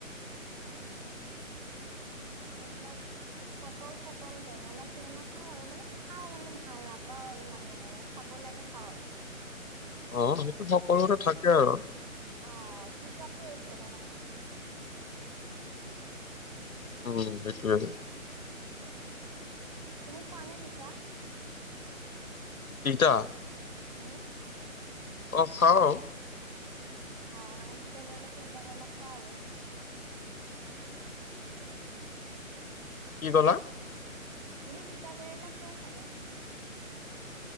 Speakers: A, on the right; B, on the left.
A: উম এইবিলাক পটল চটল বেঙেনা চেঙেনা খাওঁ আৰু মানে খাওঁ মানে ভাল নাপাওঁ ইমানৰ মানে। খাব লাগে খাওঁ আৰু।
B: অ', সেইটো সকলোৰে থাকে আৰু।
A: অ'হ, তিতাটো একদমেই নাখাওঁ।
B: উম, সেইটোৱে।
A: উম, তুমি খোৱা নে তিতা?
B: তিতা?
A: উম,
B: অহ', খাওঁ।
A: অহ', মানে তিতা কেৰেলা চিতা কেৰেলা খোৱা আৰু।
B: কি ক'লা?
A: বোলো তিতা কেৰেলা খোৱা চাগে।